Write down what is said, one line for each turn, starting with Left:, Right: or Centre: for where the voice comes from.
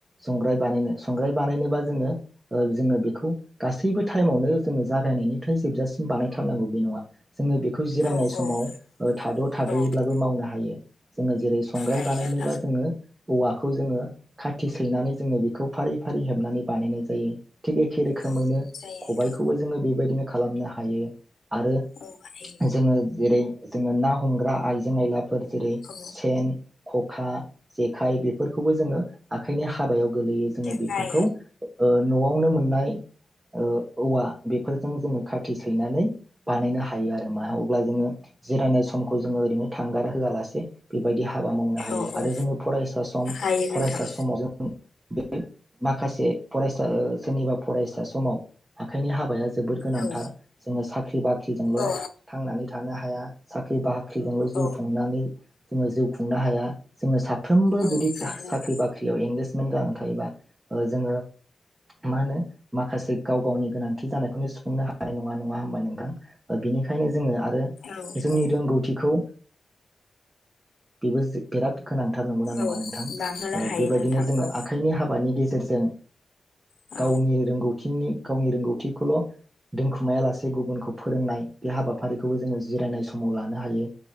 Right: संग्राय बानायनो संग्राय बानायनोबा जोङो ओ जोनो बेखौ गासैबो टाइमावनो जोङो जागायनायनि फ्राय जोबजासिम बानायथारनांगौ बे नङा जोङो बेखौ जिरायनाय
Left: औ
Right: समाव
Left: औ
Right: थाद' थाद'यैब्लाबो
Left: औ
Right: मावनो हायो। जोङो जेरै संग्राय
Left: हायो
Right: बानायनोबा
Left: नोंथां
Right: जोङो औवाखौ जोङो खाथि सैनानै जोङो बेखौ फारि फारि हेबनानै बानायनाय जायो‌। थिग एखे रोखोमैनो
Left: औ जायो नोंथां
Right: खबाइखौबो जोङो बेबायदिनो खालामनो हायो। आरो
Left: औ हायो
Right: जोङो जेरै जोङो ना हमग्रा आइजें आयलाफोर जेरै
Left: औ
Right: सेन खखा, जेखाइ बेफोर खौबो जोङो आखाइनि हाबायाव गोलैयो जोङो
Left: जेखाय
Right: बेफोरखौ न'आवनो मोननाय ओ औवा बेफोरजों जोङो खाथि सैनानै बानायनो हायो आरो मा अब्ला जोङो जिरायनाय समखौ जोङो ओरैनो थांगार होआलासे बेबायदि हाबा मावनो हायो
Left: औ औ
Right: आरो जोङो फरायसा सम
Left: हायो
Right: फरायसा
Left: नोंथां
Right: समाव जों माखासे फरायसा सोरनिबा फरायसा समाव आखाइनि हाबाया जोबोर गोनां
Left: औ
Right: थार जोङो साख्रि बाख्रिजोंल'
Left: औ
Right: थांनानै था थानो हाया साख्रि बा बाख्रिजोंल' जिउ
Left: औ
Right: खुंनानै जोङो जिउ खुंनो हाया जोङो सा फ्रोमबो
Left: औ
Right: जुदि
Left: हायो नोंथां
Right: साख्रि बाख्रियाव इंगेस <inaudible> थायोबा जोङो मा होनो माखासे गाव-गावनि गोनांथि जानायखौनो सुफुंनो हा हानाय नङा नङा होमबा नोंथां बेनिखायनो जोङो आरो
Left: औ
Right: जोंनि
Left: औ
Right: रोंगौथिखौ बिबो बिराद गोनांथार नंगौ ना नङा
Left: औ
Right: नोंथां
Left: बांहोनो हायो
Right: बेबायदिनो
Left: नोंथां
Right: जोङो
Left: औ
Right: आखाइनि हाबानि गेजेर गेजेरजों
Left: औ
Right: गावनि रोंगौथिनि गावनि रोंगौथिखौल' दोनखुमायालासे गुबुनखौ फोरोंनाय बे हाबाफारिखौबो जोङो जिरायनाय समाव लानो हायो